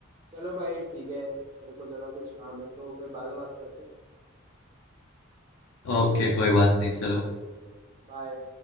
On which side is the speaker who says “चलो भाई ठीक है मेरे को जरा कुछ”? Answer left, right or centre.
Right